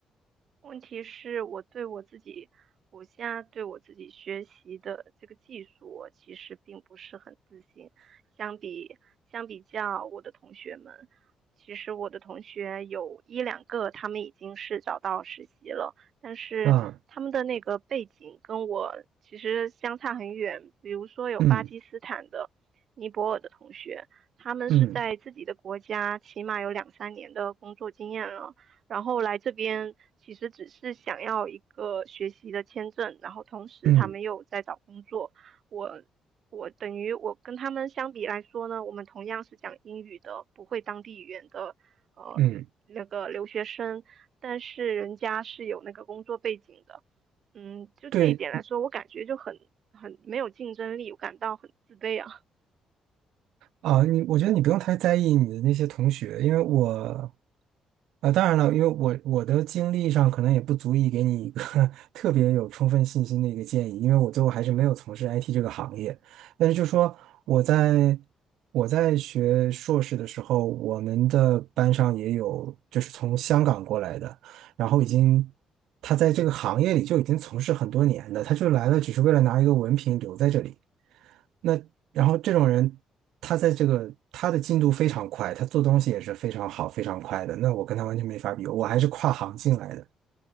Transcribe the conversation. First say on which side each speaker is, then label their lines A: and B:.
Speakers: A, on the right; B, on the right.
A: 问题是我对我自己，我现在对我自己学习的这个技术，我其实并不是很自信。相比相比较我的同学们，其实我的同学有一两个他们已经是找到实习了，但是他们的那个背景跟我其实相差很远。
B: 啊，
A: 比如说有巴基斯坦的、
B: 嗯
A: 尼泊尔的同学，他们是在自己的国家起码有两三年的工作经验了。
B: 嗯。
A: 然后来这边其实只是想要一个学习的签证，然后同时他们又在找工作。
B: 嗯
A: 我我等于我跟他们相比来说呢，我们同样是讲英语的，不会当地语言的呃那个留学生，
B: 嗯，
A: 但是人家是有那个工作背景的。嗯，就这一点来说，
B: 对
A: 我感觉就很很没有竞争力，我感到很自卑啊。
B: 啊，你我觉得你不用太在意你的那些同学，因为我啊，当然了，因为我我的经历上可能也不足以给你一个 <laughs> 特别有充分信心的一个建议，因为我最后还是没有从事 IT 这个行业。但是就说我在我在学硕士的时候，我们的班上也有就是从香港过来的，然后已经他在这个行业里就已经从事很多年的，他就来了只是为了拿一个文凭留在这里。那。然后这种人，他在这个他的进度非常快，他做东西也是非常好、非常快的。那我跟他完全没法比，我还是跨行进来的，